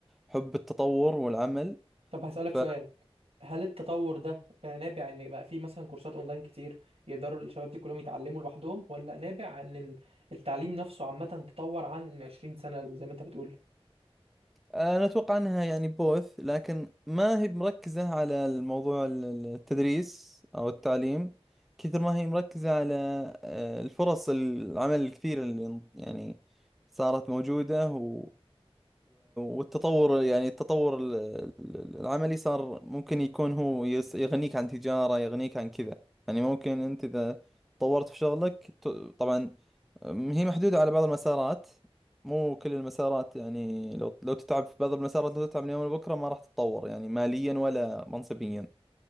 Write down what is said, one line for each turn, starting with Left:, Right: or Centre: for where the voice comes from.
Centre: حب التطور والعمل
Right: طب هسألك
Centre: ف
Right: سؤال هل التطور ده آه، نابع ان بقى في مثلا كورسات اونلاين كتير يقدروا الشباب دي كلهم يتعلموا لوحدهم ولا نابع ان ال- التعليم نفسه عامة تطور عن 20 سنة زي ما انت بتقول
Centre: آه، انا اتوقع انها يعني بوث لكن ما هي مركزة على الموضوع ال- ال- التدريس او التعليم كثر ما هي مركزة على آه، الفرص العمل الكثيرة اللي يعني صارت موجودة و- والتطور يعني التطور ال- ال- العملي صار ممكن يكون هو يس- يغنيك عن تجارة يغنيك عن كذا يعني ممكن أنت إذا طورت في شغلك ت- طبعا أم، هي محدودة على بعض المسارات مو كل المسارات يعني لو لو تتعب في بعض المسارات لو تتعب من يوم لبكرة ما راح تتطور يعني ماليا ولا منصبيا